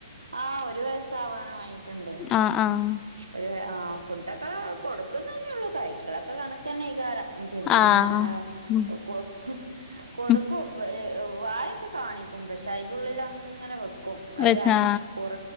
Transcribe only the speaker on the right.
ആഹ ഒരു വയസാവാനായിട്ട്ണ്ട്
ഒരു ആ ഫുഡൊക്കെ കൊടുക്ക്‌ന്നന്നെള്ളൂ കൈക്കലൊക്കെ കണ ക്കന്നേകാരം, പിന്നങ്ങനെ
കൊ കൊടുക്കും
പ വായൊക്കെ കാണിക്കും. പക്ഷെ അ യ്ൻ്റുള്ളിൽ അങ്ങനെ വെക്കും ഒരു
അരമണിക്കൂർ